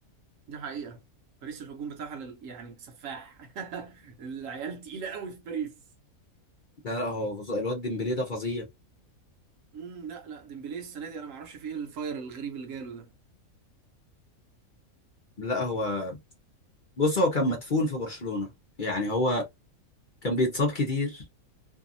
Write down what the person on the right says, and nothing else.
دي حقيقة باريس الهجوم بتاعها لل... يعني سفاح <laughs> العيال تقيلة قوي في باريس
امم لا لا ديمبلي السنة دي انا ما اعرفش فيه ايه الفاير الغريب اللي جاله ده